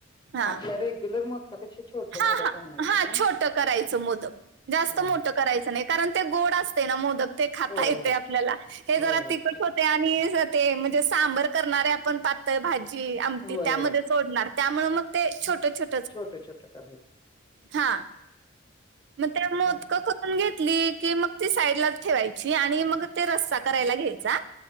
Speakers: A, on the right; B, on the left.
A: हा
B: आपल्या रेग्युलर कापेक्षा छोट
A: हा
B: मोदक
A: हा
B: बनवायचं
A: हा
B: का
A: छोटं करायचं मोदक. जास्त
B: हा ह.
A: मोठं करायचं नाही कारण ते गोड असते ना मोदक ते खाता
B: होय
A: येते
B: होय
A: आपल्याला हे
B: होय
A: जरा
B: होय
A: तिकट आणि ते म्हणजे सांबर करणारे आपण पातळ भाजी आमटी
B: होय
A: त्यामध्ये
B: होय
A: सोडणार त्यामुळे मग ते छोट-छोट.
B: छोटे-छोटे करायच.
A: हा म त्या मोदक
B: आणि
A: करून घेतली की मग ती साईडलाच ठेवायची आणि मग ते रस्सा करायला घ्यायचा.